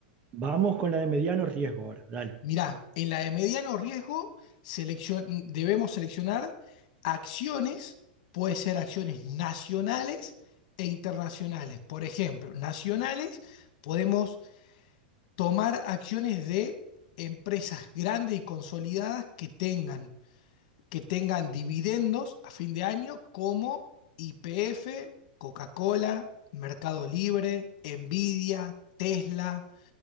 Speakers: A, on the right; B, on the left.
A: Vamos con la de mediano riesgo ahora. Dale.
B: Mirá, en la de mediano riesgo seleccion- debemos seleccionar acciones, puede ser acciones nacionales e internacionales. Por ejemplo, nacionales podemos tomar acciones de empresas grandes y consolidadas que tengan, que tengan dividendos a fin de año como YPF, Coca-Cola, Mercado Libre, Nvidia, Tesla,